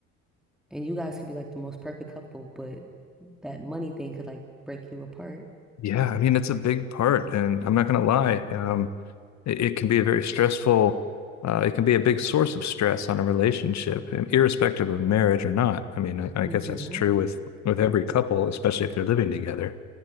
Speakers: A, in the centre; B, on the left.
A: and you guys could be like the most perfect couple, but that money thing could like break you apart.
B: Yeah. I mean, it's a big part, and I'm not gonna lie. Um, it, it can be a very stressful, uh, it can be a big source of stress on a relationship, um, irrespective of marriage or not. I mean, I, I
A: Mm-hmm.
B: guess that's true with with every couple, especially if they're living together.